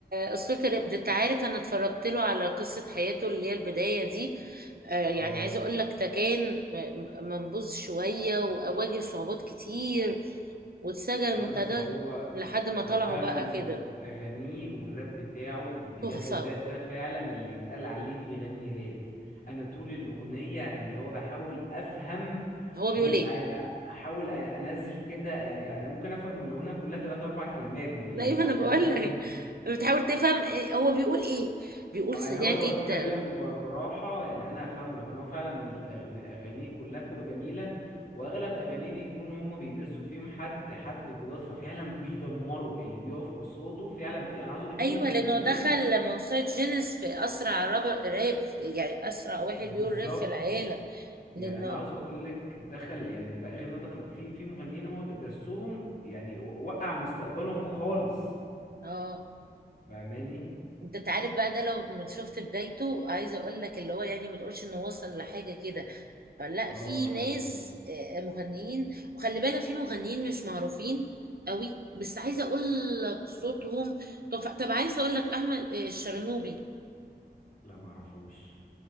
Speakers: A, on the right (about 65°); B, on the left (about 60°).
A: أسطورة الراب ده انت عارف انا اتفرجت له على قصة حياته اللي هي البداية دي آه يعني
B: اه
A: عايزة اقول لك ده كان م- منبوذ شوية وأواجه صعوبات كتير واتسجن
B: لا
A: وابتدى
B: بس هو
A: لحد ما طلعوا
B: هو فعلا
A: بقى كده
B: أغانيه والراب بتاعه بجد
A: تحفة
B: ده ده فعلا اللي يتقال عليه بيغني راب أنا طول الأغنية يعني اللي هو بحاول أفهم
A: هو بيقول
B: هو
A: ايه
B: يعني أحاول أ- أنزل كده يعني ممكن أفهم الأغنية كلها تلات أربع كلمات من اللي
A: دايما
B: بلقطهم
A: انا بقول لك
B: منه
A: بتحاول تفهم إيه- هو بيقول ايه بيقول
B: اه
A: سريع
B: يعني هو لو
A: جدا
B: اتكلم بالراحة يعني انا هفهمه لكن هو فعلا من الأغ... من اغانيه كلها بتبقى جميلة واغلب اغانيه بيكون هما بيدرسوا فيهم حد حد قدرات ففعلا بيدمروا اللي بيقف قصاده فعلا في انا عاوز اقول في
A: ايوه
B: مغنيين
A: لانه دخل موسوعه جينيس في اسرع راب راب يعني اسرع واحد
B: بالظبط
A: بيقول راب في العالم
B: يعني
A: لانه
B: انا عاوز اقول لك دخل يعني بقى غير انه دخل في في مغنيين هو درسهم يعني و- وقع مستقبلهم خالص
A: اه
B: فاهماني
A: انت تعرف بقى ده لو شفت بدايته عايزه اقول لك اللي هو يعني ما تقولش انه وصل لحاجه كده فلا
B: اه
A: في ناس
B: يعني
A: آه، مغنيين وخلي بالك في مغنيين مش معروفين قوي بس عايزه اقول لك صوتهم طب طب عايزه اقول لك احمد آه، الشرنوبي
B: لا معرفوش